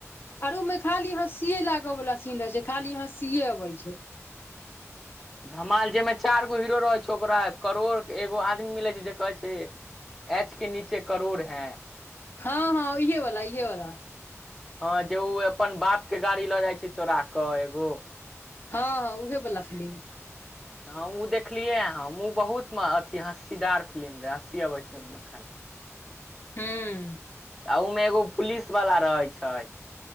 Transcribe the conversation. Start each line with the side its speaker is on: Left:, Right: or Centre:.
Left: आर उ मे खाली हॅंसिये लागऽ बला सीन रहै छै खाली हॅंसिये अबय छै।
Centre: धमाल जइमे चार गो हीरो रहै छै ओकरा करोड़ एगो आदमी मिलै छै जे कहै छै एच के नीचे करोड़ हैं।
Left: हँ हँ इहे वला इहे वला
Centre: हँ जे ओ अपन बाप के गाड़ी लऽ जाइ छै चोरा कऽ एगो।
Left: हँ उहे बला फिलिम।
Centre: हम उ देखलियै हम उ बहुत अथी हँस्सीदार फिलिम रहय हँस्सी अबैत मे खाल <inaudible>
Left: हूॅं।
Centre: आ उ मे एगो पुलिस बला रहय छइ।